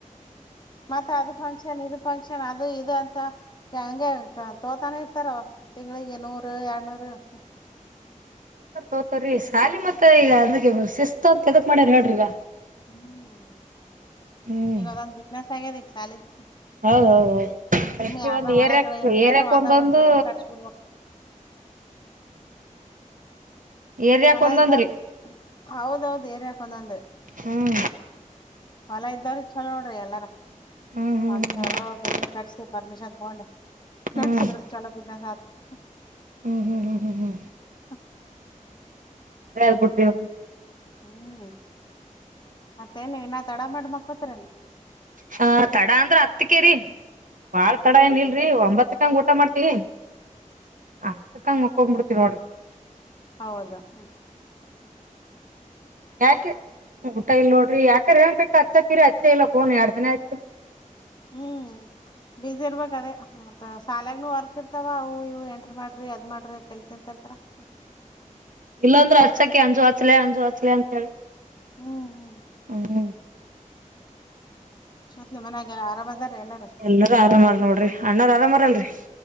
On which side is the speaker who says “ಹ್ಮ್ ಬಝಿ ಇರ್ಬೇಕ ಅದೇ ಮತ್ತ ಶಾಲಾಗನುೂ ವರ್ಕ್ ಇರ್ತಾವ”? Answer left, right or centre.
Left